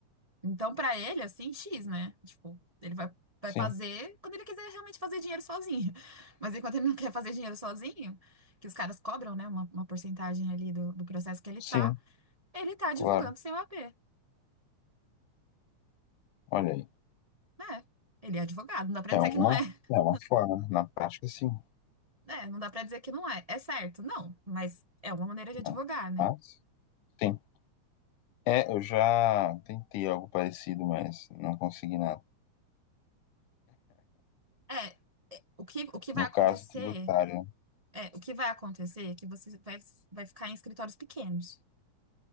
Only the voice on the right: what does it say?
Então, pra ele, assim, X, né? Tipo, ele vai, vai
fazer quando ele quiser realmente fazer dinheiro sozinho. <laughs> Mas enquanto ele não quer fazer dinheiro sozinho, que os caras cobram, né, uma, uma porcentagem ali do, do processo que ele
tá, ele tá advogando
sem o AP,
né? Ele é advogado, não dá pra
dizer
que não é. <laughs>
É, não dá pra dizer que não é. É certo, não, mas é uma maneira de advogar,
né?
É, o que, o que vai
acontecer,
é, o que vai acontecer é que você vai, vai ficar em escritórios pequenos.